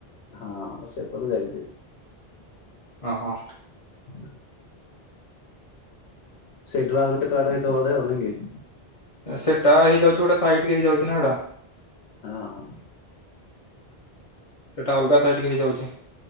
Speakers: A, on the left; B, on the left.
A: ହଁ ସେପଟେ ଯାଇଛିି।
B: ଓହୋ।
A: <inaudible> ସେଇଡୁ ଆହୁରି କେତେ ବାଟ ହେଇଥିବା ବୋଧେ ନୁହଁ କି?
B: ସେଟା ହେଇଯାଉଛି ଗୋଟେ ସାଇଡ କି ହେଇଯାଉଛି ନା ସେଇଟା।
A: ହଁ ହଁ।
B: ସେଇଟା ଅଲଗା ସାଇଡିକି ହେଇଯାଉଛି।